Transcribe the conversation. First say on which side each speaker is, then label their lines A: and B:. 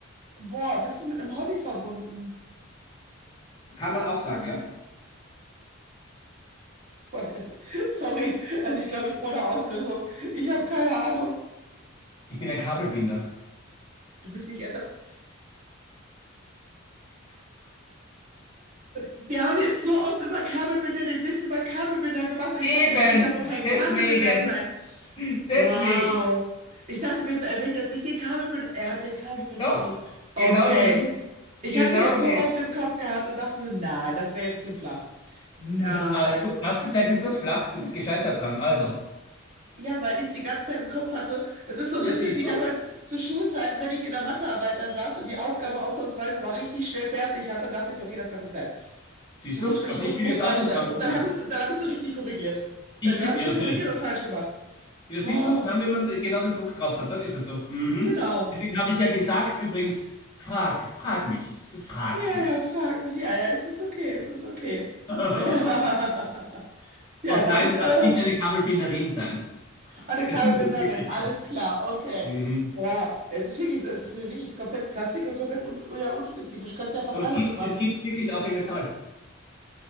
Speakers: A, on the right (about 40°); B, on the left (about 25°).
A: boah, bist du mit einem Hobby verbunden?
B: Kann man auch sagen, ja?
A: Boah, yes. Sorry, also ich glaube, ich brauche eine Auflösung. Ich habe keine Ahnung.
B: Ich bin ein Kabelbinder.
A: Du bist nicht ernsthaft. Wir haben jetzt so oft über Kabelbinder den Witz über Kabelbinder gemacht und ich
B: Eben,
A: dachte mir, er wird ja wohl kein
B: deswegen,
A: Kabelbinder sein.
B: deswegen,
A: Wow. Ich dachte mir so, er wird jetzt nicht den Kabelbinder. Er hat den Kabelbinder
B: doch,
A: genutzt. Okay.
B: genau den,
A: Ich
B: genau
A: habe den jetzt
B: den.
A: so oft im Kopf gehabt und dachte so, nein, das wäre jetzt zu flach. Nein.
B: Äh, ah, du- Das bezeichnest du als flach, du bist gescheitert dran, also.
A: Ja, weil ich die ganze Zeit im Kopf hatte, das ist so ein
B: Ja,
A: bisschen
B: siehst
A: wie damals
B: du,
A: zu Schulzeiten, wenn ich in der Mathearbeit da saß und die Aufgabe ausnahmsweise mal richtig schnell fertig hatte, dachte ich, so, okay, das kann nicht sein.
B: siehst
A: Ich muss,
B: du,
A: ich
B: aber
A: muss,
B: ich will
A: muss
B: jetzt
A: falsch
B: auch nur
A: sein.
B: dran
A: Und
B: kommen.
A: dann habe ich, dann habe ich sie richtig korrigiert.
B: Ich
A: Äh, Dann
B: will,
A: habe ich
B: ja,
A: sie korrigiert und falsch gemacht.
B: <laughs> ja, siehst
A: Oh,
B: du, dann, wenn man genau den Druck drauf hat, dann ist es so. Mhm.
A: genau.
B: Deswegen habe ich ja gesagt, übrigens, frag, frag mich, S- frag's
A: Ja,
B: mich.
A: ja, frag mich. Ja, ja, es ist okay, es ist okay.
B: <laughs>
A: <laughs> Ja,
B: Und
A: dann,
B: nein, du
A: äh,
B: darfst nicht eine Kabelbinderin sein. <laughs>
A: Eine
B: Das
A: Kabelbinderin,
B: ist wirklich-
A: alles klar, okay.
B: Mhm.
A: Boah, es ist wirklich so, es ist ja wirklich komplett Plastik und komplett un, ja, unspezifisch. Kannst ja fast
B: Und
A: alles
B: es gibt,
A: mitmachen.
B: es gibt's wirklich auch im Metall.